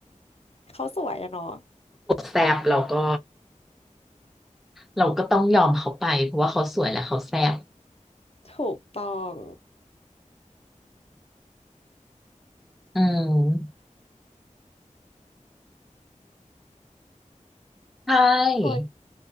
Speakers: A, on the left; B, in the centre.
A: เขาสวยอะเนาะ
B: แซบเราก็เราก็ต้องยอมเขาไปเพราะว่าเขาสวยและเขาแซบ
A: ถูกต้อง
B: อืมใช่
A: <laughs> โอ้ย